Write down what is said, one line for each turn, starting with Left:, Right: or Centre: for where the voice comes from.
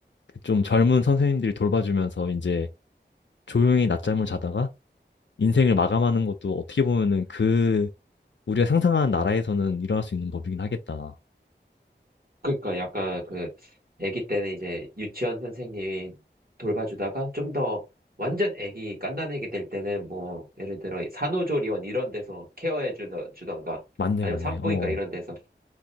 Left: 그좀 젊은 선생님들이 돌봐주면서 이제 조용히 낮잠을 자다가 인생을 마감하는 것도 어떻게 보면은 그 우리가 상상하는 나라에서는 일어날 수 있는 법이긴 하겠다.
Right: 그러니까 약간 그 아기 때는 이제 유치원 선생님이 돌봐주다가 좀 더 완전 아기 갓난아기 될 때는 뭐 예를 들어 산후조리원 이런 데서 케어해 주던 주던가
Left: 맞네,
Right: 아니면
Left: 맞네.
Right: 산부인과
Left: 어.
Right: 이런 데서